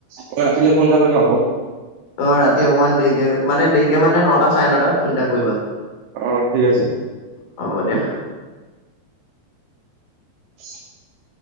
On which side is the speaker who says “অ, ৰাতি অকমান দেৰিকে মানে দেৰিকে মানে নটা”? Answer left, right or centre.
Left